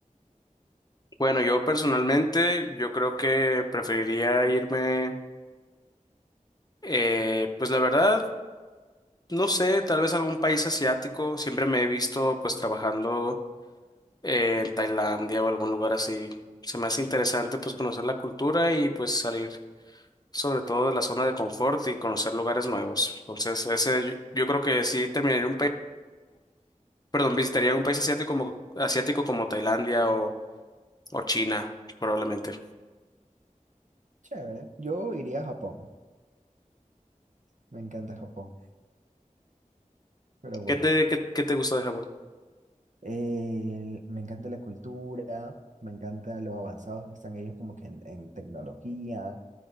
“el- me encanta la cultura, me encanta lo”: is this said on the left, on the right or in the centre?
Right